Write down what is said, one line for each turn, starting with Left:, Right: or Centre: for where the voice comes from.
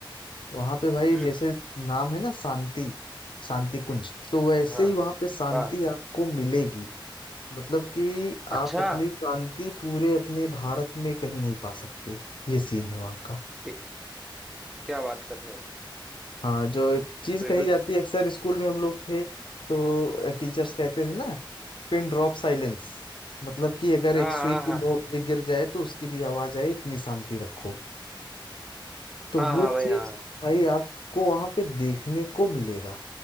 Left: वहाँ पे भाई
Centre: हम्म
Left: जैसे नाम है ना शांति शांति कुंज तो वैसे
Centre: हाँ
Left: ही वहाँ पे शांति
Centre: हाँ
Left: आपको मिलेगी मतलब कि
Centre: अच्छा
Left: आप उतनी शांति पूरे अपने भारत में कहीं नहीं पा सकते ये सीन है वहाँ का
Centre: कि, क्या बात कर रहे हो
Left: हाँ जो एक चीज
Centre: फिर
Left: कही
Centre: तो
Left: जाती है अक्सर स्कूल में हम लोग थे तो टीचर्स कहते थे ना पिन ड्रॉप साइलेंस मतलब कि अगर एक
Centre: हाँ
Left: सुई
Centre: हाँ
Left: की
Centre: हाँ
Left: नोक भी गिर जाए तो उसकी भी आवाज आए इतनी शांति रखो तो
Centre: हाँ
Left: वो
Centre: हाँ
Left: चीज
Centre: भाई हाँ
Left: भाई आपको वहां पे देखने को मिलेगा